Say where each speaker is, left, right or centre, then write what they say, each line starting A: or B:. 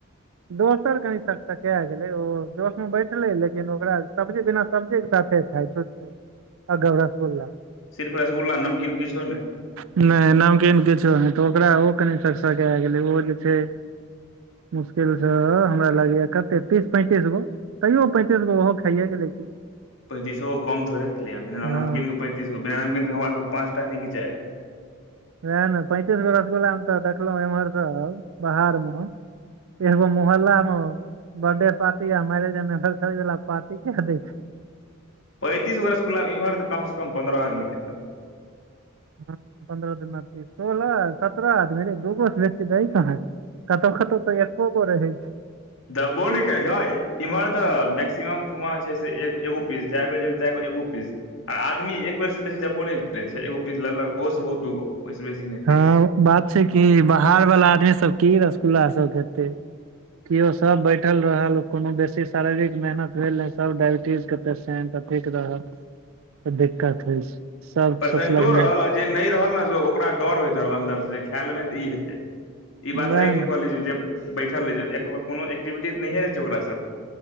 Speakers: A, on the right (about 70°); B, on the left (about 60°).
A: दोसर कनि सक सकए गेलै ओ जोश मे बैठले लेकिन ओकरा सब्जी बिना सब्जी साथे खाय छूछे अगब रसगुल्ला
B: सिर्फ रसगुल्ला नमकीन किछुो ने
A: नय नमकीन किछो नय त ओकरा ओ कनि सक सकै गेलै ओ जे छै मुश्किल सँ हमरा लागैया कते तीस पैंतीस गो तैयो पैंतीस गो ओहो खाइये गेले की
B: पैंतीसो कम थोरे भेले बिना
A: हँ
B: नमकीन पंतीस गो बिना नमकीन के हमरा सबके पाँचटा नहि घिचायत
A: वएह ने पैंतीस गो रसगुल्ला मे त देखलहुं इम्हर सब बाहर मे एगो मोहल्ला मे बर्थडे पार्टी आ मैरेज एनिवरसरी पार्टी के देय छै
B: पैंतीसगो रसगुल्ला एम्हर तऽ कमसँ कम पन्द्रह आदमी खेतौ
A: हँ पन्द्रह दिनमे अथी सोलह सत्रह आदमी रे दूगो स बेसी देय कहाँ छै कतो कतो त एको गो रहै छै
B: देबो नय केलके इम्हर त मैक्सिमम ठुआ छै से एगो पीस जे बेर जेबय तै गो एगो पीस आ आदमी एक बेर से बेसी जबो नहि करै छै एगो पीस लेलक बहुत से बहुत दूगो ओहिस बेसी नहि
A: हँ
B: ले छै
A: बात छै किी बाहर वाला आदमी सब की रसगुल्ला सब खेते केओ सब बैठल रहल कोनो बेसी शारीरिक मेहनत भेल नहि सब डायबिटीज के पेसेंट अथिक रहल तऽ दिक्कत होइ छै सब
B: पेसेंटो
A: सोचलक
B: रहल
A: नहि
B: आ जे नहि रहल ने ओकरा डर होइत रहल अंन्दर से जे खा लेबै तऽ ई हेतै ई बात
A: वएह
B: सही तू
A: ने
B: कहलीए जे बैठल रहै छै कोनो एक्टिविटी नहि रहै छै ओकरा सब